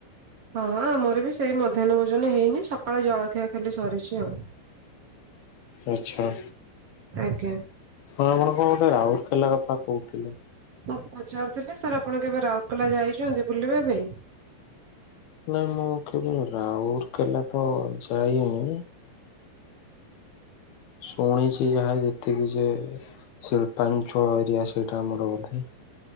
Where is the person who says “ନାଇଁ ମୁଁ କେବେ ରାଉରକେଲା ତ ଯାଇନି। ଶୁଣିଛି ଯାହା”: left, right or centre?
Left